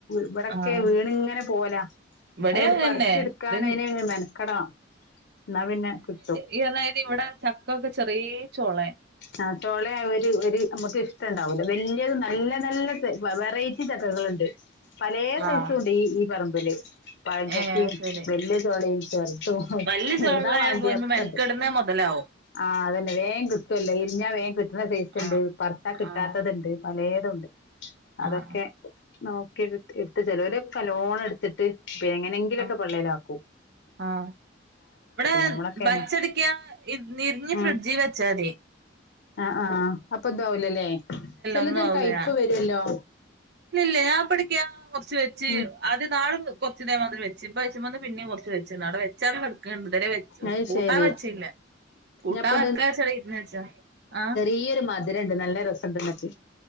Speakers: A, on the left (about 60°); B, on the right (about 60°).
A: ഇവടൊ
B: ആഹ്
A: ക്കെ വീണ്ങ്ങനെ പോവലാ
B: ഇവിടെ
A: അത്
B: അങ്ങന്നെ
A: പറി ച്ചെട് ക്കാൻഅയിന്
B: ഇത്
A: മെനക്കട ണം ന്നാ പിന്നെ കിട്ടും
B: <unintelligible> ഇവടെ ചക്ക ഒക്കെ ചെറ്യേ ചൊ ളെ
A: നാ റ്റോളെ ഒരു ഒരു നമക്ക് ണ്ടാവൂ ല്ല വല്യ ത് നല്ല നല്ല വെ വെറൈറ്റി ചക്കകളു ണ്ട് പലെ സൈസുണ്ട്
B: ആഹ്
A: ഈ ഈ പറമ്പില് പഴംചക്കീം
B: ഏഹ് ശരി
A: വല്ല്യ ചോളീം ചെ ർ ശോ
B: വല്യ ചോളയായ
A: ഏതാവാണ്ടിയെ
B: പോയ്മ
A: ഒക്കണ്ട്
B: മെനക്കെടുന്നേ മൊതലാവും
A: ആഹ് അതന്നെ വേ കി ഇല്ല ഇരിഞ്ഞാ വേഗം കിട്ടുന്ന സൈസ് ഉണ്ട്
B: ആഹ്
A: പർചാ കിട്ടാത്തത്ണ്ട്
B: ആഹ്
A: പലെതുണ്ട് അതൊക്കെ,
B: ആഹ്
A: നോക്കി എട്ത് എട്ത്ത് ചേലോൽ കല്ലോണംട്ത്ത്ട്ട് പെ എങ്ങനെങ്കിലൊക്കെ
B: ആഹ് ആഹ്
A: പള്ളലാക്കും
B: ആഹ് ഇവിടെ
A: ഞമ്മളൊക്കെന്നെ
B: വച്ചടിക്ക നി നിരിഞ്ഞ് ഫ്രിഡ്ജി
A: ഉം
B: വെച്ചാതി
A: ആഹ്, ആഹ്, ആഹ് അപ്പൊതാവൂലലേ. ചെലതൊരു
B: ഒന്നും ആവൂല
A: കയിപ്
B: ഞാൻ
A: വെരൊല്ലോ.
B: ഇല്ലല്ല ഞാൻ പിടിക്കാ കുറച്ച് വെച്ച്
A: ഉം
B: ആദ്യ നാ കൊറച്ചു തേമാതിരി വെച്ച് ഇപ്പ ച്ച് മന്ന് പിന്നെ കുറച്ച് വെച്ച് അടെ വെച്ചാടുക്ക്ണ് ഇതരെ വെ
A: അത്
B: കൂട്ടാൻ
A: ശരി
B: വെച്ചല്ല കൂട്ടാൻ
A: ഞാൻപ്പ
B: വെക്കാച്ചടെ ഇര്ഞ്ഞെച്ച. ആഹ്.
A: ഈയൊരു മര മധുരണ്ട് നല്ല രസണ്ട് ന്നിട്ട്